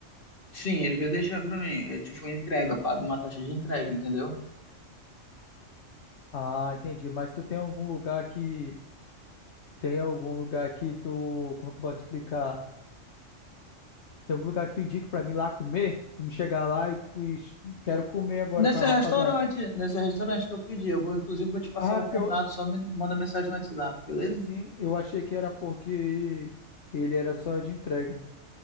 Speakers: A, on the left (about 45°); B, on the left (about 65°).
A: Sim, ele veio deixar pra mim. Eu, tipo, entrega, paga uma taxa de entrega, entendeu?
B: Ah, entendi. Mas tu tem algum lugar que tem algum lugar que tu, como que eu posso explicar? Tem algum lugar que tu indique pra mim lá comer? Me chegar lá e, e quero comer agora
A: Nesse
B: com a
A: restaurante,
B: rapaziada.
A: nesse restaurante que eu pedi, eu vou, inclusive, vou te passar
B: Ah,
A: o
B: porque
A: contato,
B: eu,
A: só me manda mensagem no WhatsApp, beleza?
B: assim, eu achei que era porque ele era só de entrega.